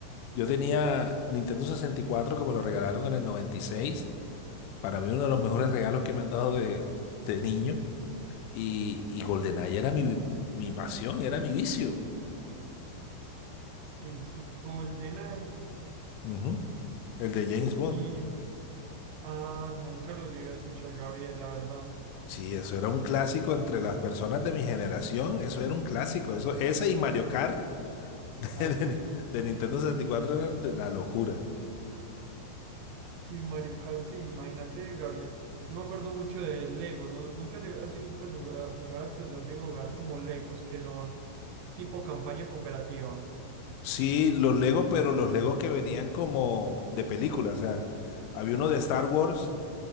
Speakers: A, on the left; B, on the right.
A: Yo tenía Nintendo sesenta y cuatro que me lo regalaron en el noventa y seis Para mí uno de los mejores regalos que me han dado de, de niño. Y, y GoldenEye era mi, mi pasión, era mi vicio.
B: Sí, sí, GoldenEye.
A: Ujú. El de James Bond.
B: Y ah, nunca lo llegué a escuchar, Gabriel, la verdad.
A: Sí, eso era un clásico entre las personas de mi generación. Eso era un clásico. Eso, ese y Mario Kart <laughs> de,
B: Ah, sí.
A: de- de Nintendo sesenta y cuatro eran de la locura.
B: Sí, Mario Kart, sí, imagínate, Gabriel. Yo me acuerdo mucho de Lego, ¿no? Nunca llegas, pues, jugar- jugaste, o sea, llegué a jugar como Legos, que son tipo campaña cooperativa.
A: Sí, los Legos, pero los Legos que venían como de película. O sea, había uno de Star Wars